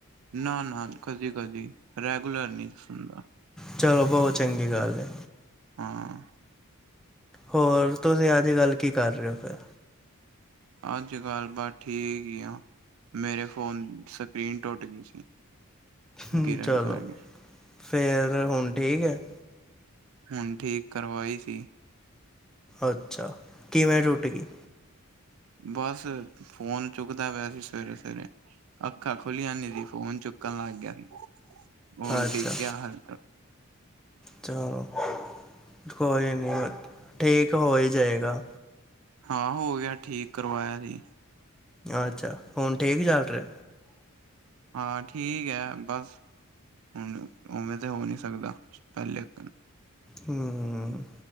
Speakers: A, on the right; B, in the centre.
A: ਨਾ ਨਾ ਕਦੀ ਕਦੀ, ਰੈਗੂਲਰ ਨੀ ਸੁਣਦਾ।
B: ਚਲੋ ਬਹੁਤ ਚੰਗੀ ਗੱਲ ਐ।
A: ਹਾਂ।
B: ਹੋਰ, ਤੁਸੀਂ ਅੱਜ-ਕੱਲ ਕੀ ਕਰ ਰਹੇ ਹੋ ਫੇਰ?
A: ਅੱਜ-ਕੱਲ ਬਾਸ ਠੀਕ ਹੀ ਆਂ, ਮੇਰੇ ਫੋਨ ਸਕਰੀਨ ਟੋਟ ਗਈ ਸੀ।
B: ਹਮ,
A: ਗਿਰਨ
B: ਚਲੋ,
A: ਕਰਕੇ
B: ਫੇਰ ਹੁਣ ਠੀਕ ਹੈ?
A: ਹੁਣ ਠੀਕ ਕਰਵਾਈ ਸੀ।
B: ਅੱਛਾ, ਕਿਵੇਂ ਟੁੱਟ ਗਈ?
A: ਬਸ, ਫੋਨ ਚੁੱਕਦਾ ਪਿਆ ਸੀ ਸਵੇਰੇ-ਸਵੇਰੇ ਅੱਖਾਂ ਖੁੱਲੀਆਂ ਨੀ ਸੀ, ਫੋਨ ਚੁੱਕਣ ਲੱਗ ਗਿਆ ਸੀ। ਉਹ
B: ਅੱਛਾ
A: ਡਿੱਗ ਗਿਆ ਹਕ
B: ਚਲੋ <unintelligible> ਠੀਕ ਹੋ ਹੀ ਜਾਏਗਾ।
A: ਹਾਂ ਹੋ ਗਿਆ, ਠੀਕ ਕਰਵਾਇਆ ਸੀ।
B: ਅੱਛਾ, ਹੁਣ ਠੀਕ ਚੱਲ ਰਿਹਾ?
A: ਹਾਂ, ਠੀਕ ਹੈ ਬਸ ਹੁਣ ਉਵੇਂ ਤੇ ਹੋ ਨੀ ਸਕਦਾ, ਪਹਿਲੇ ਅਕਨ
B: ਹਮ